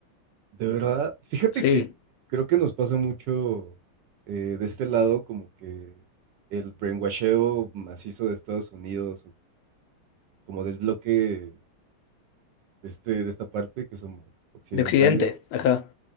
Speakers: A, on the right; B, on the left.
A: De verdad, fíjate
B: Sí,
A: que creo que nos pasa mucho eh, de este lado, como que el brainwasheo macizo de Estados Unidos, o como del bloque de, este, de esta parte, que somos occidentales,
B: de Occidente, ajá.